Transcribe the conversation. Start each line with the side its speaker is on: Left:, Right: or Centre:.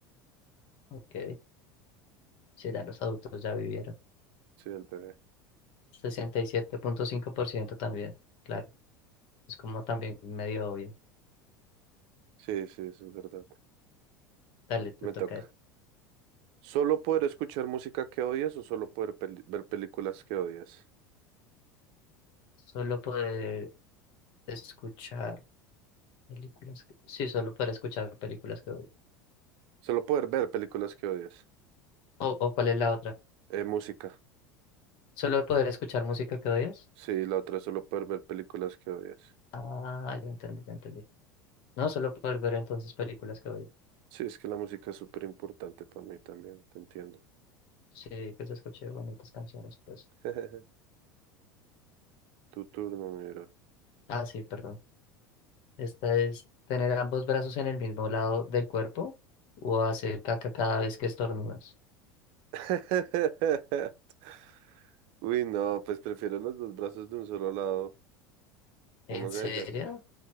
Left: Ok, si ya los adultos ya vivieron.
Right: Sí, el bebé.
Left: sesenta y siete punto cinco por ciento también, claro. Es como también medio obvio.
Right: Sí, sí, eso es verdad.
Left: Dale, te
Right: Me
Left: toca
Right: toca. ¿Solo poder escuchar música que odias o solo poder peli- ver películas que odias?
Left: Solo poder escuchar películas que... Sí, solo poder escuchar películas que odio.
Right: Solo poder ver películas que odias.
Left: O, o ¿cuál es la otra?
Right: Eh, música.
Left: ¿Solo poder escuchar música que odias?
Right: Sí, la otra es solo poder ver películas que odias.
Left: Ah, ya entendí, ya entendí. No, solo poder ver entonces películas que odio.
Right: Sí, es que la música es súper importante para mí también, te entiendo.
Left: Sí, que se escuche bonitas canciones, pues.
Right: <laughs> Tu turno, mi bro.
Left: Ah, sí, perdón. Esta es tener ambos brazos en el mismo lado del cuerpo o hacer caca cada vez que estornudas.
Right: <laughs> Uy, no, pues prefiero los dos brazos de un solo lado. Uno
Left: ¿En serio?
Right: se dice,